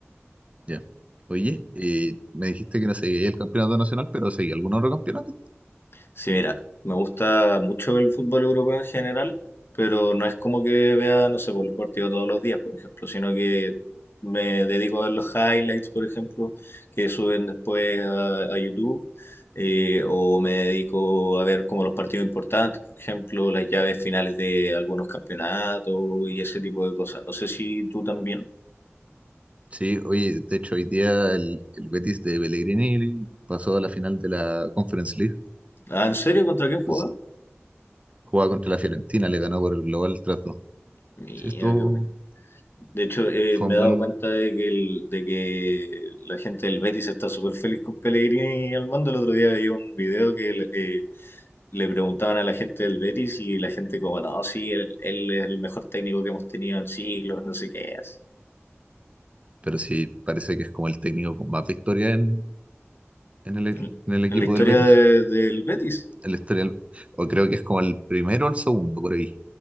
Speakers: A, on the right (about 30°); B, on the left (about 55°).
A: Ya. Oye, eh, me dijiste que no seguía el campeonato nacional, pero seguía algún otro campeonato.
B: Sí, mira, me gusta mucho el fútbol europeo en general, pero no es como que vea, no sé, por los partidos todos los días, por ejemplo, sino que me dedico a ver los highlights, por ejemplo, que suben después a, a YouTube, eh, o me dedico a ver como los partidos importantes, por ejemplo, las llaves finales de algunos campeonatos y ese tipo de cosas. No sé si tú también.
A: Sí, oye, de hecho, hoy día el, el Betis de Pellegrini pasó a la final de la Conference League.
B: Ah, ¿en serio? ¿Contra quién
A: Entonces,
B: jugabas?
A: jugaba contra la Fiorentina, le ganó por el global 3 dos.
B: Mira,
A: Sí, esto
B: qué bueno. De hecho, eh,
A: fue
B: me
A: un
B: he dado
A: buen,
B: cuenta de que, el- de que la gente del Betis está súper feliz con Pellegrini al mando. El otro día vi un video que le- eh, le preguntaban a la gente del Betis y la gente como, no, sí, él, él es el mejor técnico que hemos tenido en siglos, no sé qué, así.
A: pero sí parece que es como el técnico con más victoria en, en el,
B: En
A: en el equipo
B: en la historia
A: del Betis.
B: de- del Betis.
A: el la o creo que es como el primero o el segundo por ahí.